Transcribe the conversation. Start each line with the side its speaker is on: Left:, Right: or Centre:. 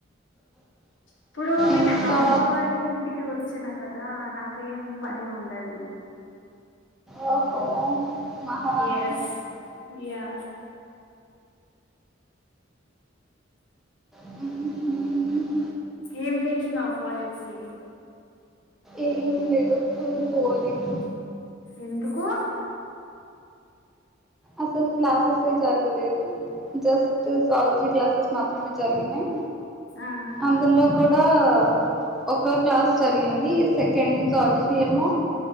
Left: ఇప్పుడు నేను
Centre: ఇంకా
Left: అమ్మ వాళ్ళ ఇంటికి వచ్చిన కదా నాకు ఏం పని ఉండది.
Centre: ఓహో మహారాణి
Left: ఎస్ యా
Centre: హ్
Left: ఏం చేసినావు కాలేజ్ కి పోయి
Centre: ఏం లేదు ఫుల్ బోరింగ్
Left: ఎందుకు
Centre: అసలు క్లాసెస్సే జరగలేదు. జస్ట్ సలజీ క్లాసెస్ మాత్రమే జరిగినాయి.
Left: ఆ
Centre: అందులో కూ కూడా ఒక క్లాస్ జరిగింది. సెకండ్ సాల్వ్ సి ఎమో